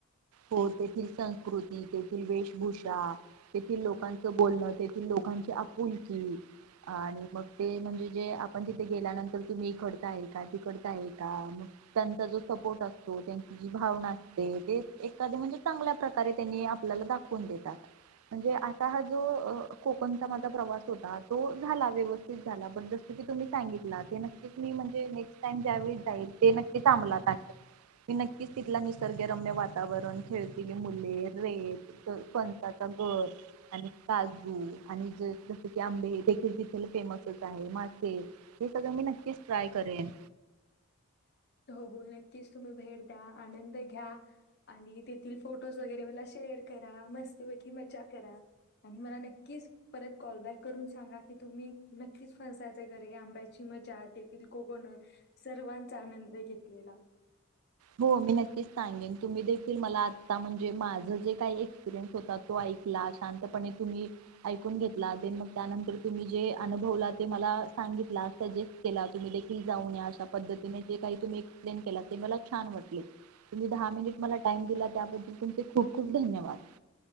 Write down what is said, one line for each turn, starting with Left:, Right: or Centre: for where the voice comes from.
Right: हो तेथील संस्कृती तेथील वेशभूषा तेथील लोकांच बोलणं तेथील लोकांची आपुलकी, आणि मग ते म्हणजे जे आपण तिथे गेल्यानंतर तुम्ही इकडचा आहे का तिकडचा आहे? का मग त्यांचा जो सपोर्ट अस त्यांची जी भावना असते. एक <inaudible> एखादं म्हणजे चांगल्या प्रकारे त्यांनी आपल्याला दाखवून देतात. म्हणजे आता हा जो कोकणचा माझा प्रवास होता. तो झाला व्यवस्थित झाला पण जस की तुम्ही सांगितलात, ते नक्कीच मी म्हणजे नेक्स्ट टाईम ज्या वेळेस जाईल, ते नक्की अंमलात आणीन. मी नक्कीच तिथला निसर्गरम्य वा वातावरण खेळतीली मुले, रेत, फणसाचा गर आणि काजू आणि जस की आंबे देखील तिथे फेमसच आहे. मासे हे सगळं मी नक्कीच ट्राय करेन.
Left: हो हो नक्कीच तुम्ही भेट द्या. आनंद घ्या आणि तेथील फोटोज वगैरे मला शेअर करा मस्तपैकी मज्जा करा. आणि मला नक्कीच परत कॉल बॅक करून सांगा की, तुम्ही नक्कीच फणसाचे गर, आंब्याची मजा तेथील कोकण सर्वांचा आनंद न घेतलेला
Right: हो मी नक्कीच सांगेन तुम्ही दिलं मला आता म्हणजे माझं जे काही एक्सपिरियन्स होता तो ऐकला शांतपणे तुम्ही ऐकून घेतला मग त्यानंतर तुम्ही जे अनुभवला ते मला सांगितला सजेस्ट केला तुम्ही देखील जाऊन या अशा पद्धतीने जे काही तुम्ही एक्सप्लेन केला ते मला छान वाटले तुम्ही दहा मिनिट मला टाइम दिला त्याबद्दल तुमचे खूप खूप धन्यवाद.